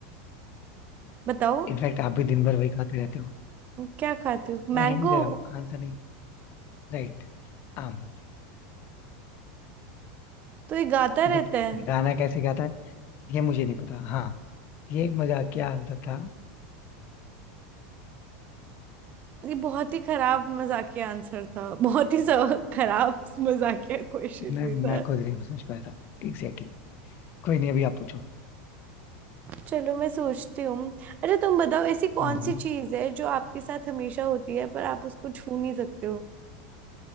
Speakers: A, on the right (about 35°); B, on the left (about 45°).
A: बताओ
B: इनफैक्ट आप भी दिन भर वही खाते रहते हो
A: क्या खाते हो मैंगो
B: मैं हिंट दे रहा हूँ आंसर नहीं राइट आम
A: तो ये गाता रहता
B: बट
A: है
B: गाना कैसे गाता है ये मुझे नहीं पता हाँ ये एक मजाकिया आंसर था
A: ये बहुत ही खराब मजाकिया आंसर था बहुत ही स- खराब मजाकिया क्वेश्चन
B: मैं
A: भी था
B: मैं खुद नहीं समझ पाया था Exactly exactly. कोई नहीं अभी आप पूछो
A: चलो मैं सोचती हूँ अच्छा तुम बताओ ऐसी कौन
B: हम्म,
A: सी चीज है जो आपके साथ हमेशा होती है पर आप उसको छू नहीं सकते हो